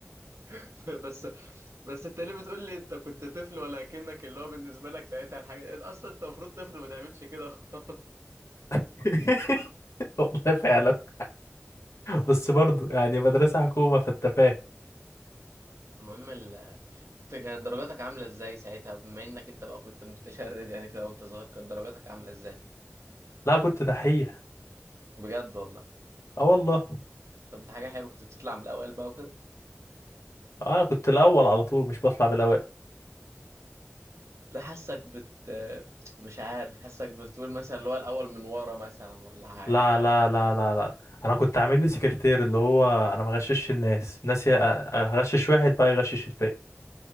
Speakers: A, on the right (about 75°); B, on the left (about 85°).
A: <laughs> بس بس انت ليه بتقول لي انت كنت طفل ولا كأنك اللي هو بالنسبة لك ساعتها الحاجة دي اصلا انت المفروض طفل ما تعملش كده <laughs> خالص.
B: <laughs> والله فعلا بس برضه يعني مدرسه حكومه فانت فاهم
A: المهم ال... كنت كانت درجاتك عاملة ازاي ساعتها بما انك انت بقى كنت متشرد يعني كده وانت صغير كانت درجاتك عاملة ازاي
B: لا كنت دحيح
A: بجد والله
B: اه والله
A: طب دي حاجة حلوة كنت بتطلع من الأوائل بقى وكده
B: اه كنت الاول على طول مش بطلع من الاوائل
A: لا حاسك بت مش عارف حاسك بتقول مثلا اللي هو الأول من ورا مثلا ولا حاجة
B: لا
A: مش عارف
B: لا لا لا لا انا كنت عامل لي سكرتير اللي هو انا ما غششش الناس الناس ي- اغشش واحد بقى يغشش الباقي